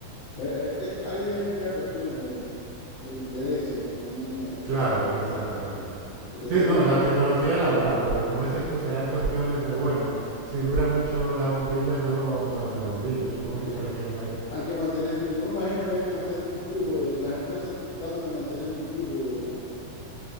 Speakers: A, on the left (about 80°); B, on the right (about 65°).
A: Eh, eh, esto, ahí hay ya cuestiones de, de intereses, de economía, de,
B: Claro, exactamente.
A: porque
B: Sí,
A: todo
B: no,
A: tiene,
B: la tecnología la habrá, pero como dices tú, serán cuestiones de, bueno, si dura mucho las bombillas, luego no vamos a vender bombillas. Supongo
A: hay
B: que
A: que,
B: te refieres a eso.
A: hay que mantener, yo me imagino que hay que mantener un flujo, de, las empresas tratan de mantener un flujo,